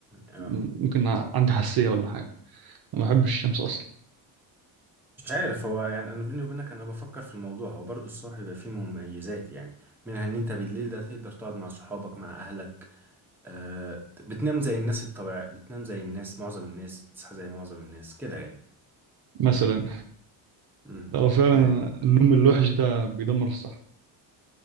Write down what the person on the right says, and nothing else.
م- ممكن ع- عندي حساسيه ولا حاجه ما بحبش الشمس اصلا
مثلا
لو فعلا
النوم الوحش ده بيدمر الصحه